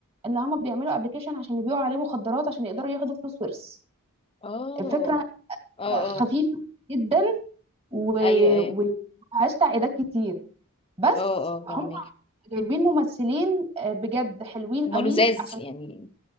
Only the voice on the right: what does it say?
ان هم بيعملوا ابلكيشن عشان يبيعوا عليه مخدرات عشان يقدروا ياخدوا فلوس ورث
الفكره
خفيفه
جدا ومفيهاش
تعقيدات كتير بس
هم جايبين ممثلين آه، بجد حلوين
قوي
عشان